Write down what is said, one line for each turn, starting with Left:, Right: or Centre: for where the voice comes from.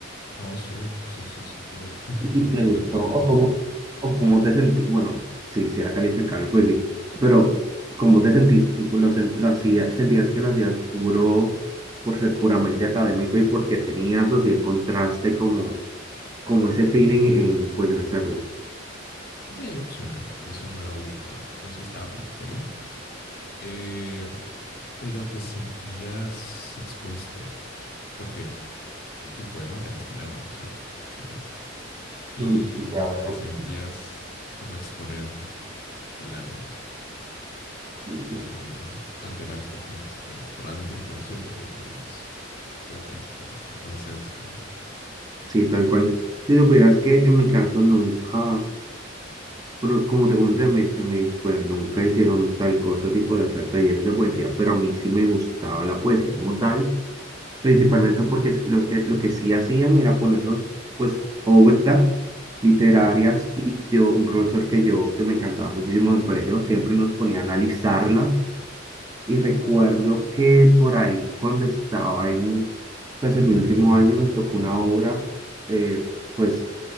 Left: Oh, sí, sí, sí, sí, tuve que, <laughs>
Right: y
Left: tuve
Right: y te
Left: que
Right: gustó,
Left: hacer, todos
Right: o
Left: tuvimos
Right: cómo,
Left: que hacer.
Right: o cómo te sentí, bueno, sí, si era calificable, pues sí, pero cómo te sentiste, tipo, lo, sen- lo hacía- sentías que lo hacías puro, por ser puramente académico y porque tenías o si encontraste como, como ese feeling en, pues, en hacerlo.
Left: Un taller opcional, entonces no era obligatorio. Yo sí estaba porque quería, eh, pero te sentías expuesto, porque tu poema tenías que leerlo en voz alta, ¿sabes? Y
Right: Mm, Ya veo.
Left: te sentías como exponer el alma
Right: Mm,
Left: eh, ante varias personas que probablemente ni conocías porque la mayoría pues, de otras escuelas. Entonces, ajá.
Right: Sí, tal cual. Si supieras que en mi caso nunca, bueno, como te comenté en mi, en mi escuela, nunca hicieron tal cosa, tipo de hacer talleres de poesía, pero a mí sí me gustaba la poesía como tal. principalmente porque los que, lo que sí hacían era ponernos, pues, obras literarias
Left: Ujú,
Right: y yo, un profesor que yo, que me encantaba muchísimo del colegio, siempre nos ponía a analizarlas y recuerdo que por ahí, cuando estaba en, pues, en mi último año, nos tocó una obra, eh, pues,